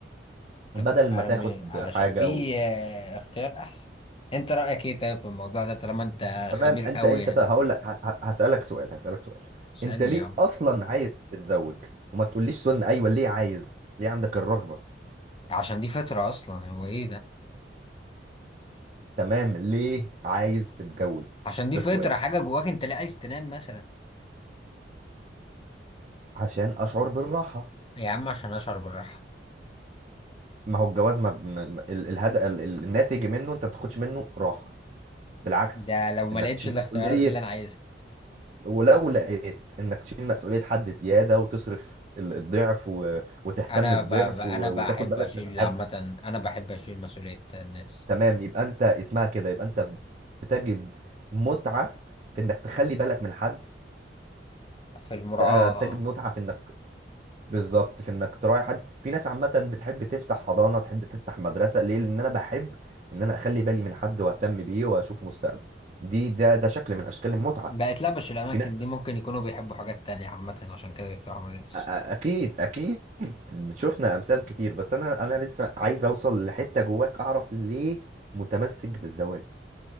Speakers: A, on the left; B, on the right.
A: طب
B: بدل
A: على
B: ما تاخد
A: م- علشان
B: حاجه
A: في
B: و...
A: آه، اختيار احسن انت رأيك ايه طيب في الموضوع ده طالما انت
B: تمام
A: خبير
B: انت
A: قوي
B: انت
A: يعني
B: ت- هقول لك ه- ه- هسالك سؤال هسالك سؤال
A: اسألني
B: انت ليه
A: يا عم
B: اصلا عايز تتزوج وما تقوليش سن ايوه ليه عايز ليه عندك الرغبه
A: عشان دي فطرة اصلا هو ايه ده
B: تمام ليه عايز تتجوز
A: عشان دي
B: ده
A: فطرة
B: السؤال
A: حاجة جواك انت لا عايز تنام مثلا
B: عشان اشعر بالراحه
A: يا عم عشان اشعر بالراحة
B: ما هو الجواز ما م... م- ال... الهد... ال... ال- الناتج منه انت ما بتاخدش منه راحه بالعكس
A: ده لو ما
B: انك
A: لقيتش
B: تشيل
A: الاختيارات
B: مسؤوليه
A: اللي انا عايزها
B: ولو لقيت انك تشيل مسؤولية حد زيادة وتصرف ال- الضعف و... وتهتم
A: انا
B: الضعف
A: ب... ب- انا
B: و...
A: بحب
B: وتاخد بالك
A: اشيل
B: من حد
A: عامة انا بحب اشيل مسؤولية الناس
B: تمام يبقى انت اسمها كده يبقى انت بتجد متعة في انك تخلي بالك من حد
A: في المراعاة
B: ت- بتجد
A: اه
B: متعة في انك بالظبط في انك تراعي حد في ناس عامة بتحب تفتح حضانة تحب تفتح مدرسة ليه؟ لان انا بحب ان انا اخلي بالي من حد واهتم بيه واشوف مستقبل دي ده ده شكل من اشكال المتعة
A: بقت لبش الاماكن
B: في ناس
A: دي ممكن يكونوا بيحبوا حاجات تانية عامة عشان كده بيفتحوا مدارس
B: أ- أ- اكيد اكيد شفنا امثال كتير بس انا انا لسه عايز اوصل لحته جواك اعرف ليه متمسك بالزواج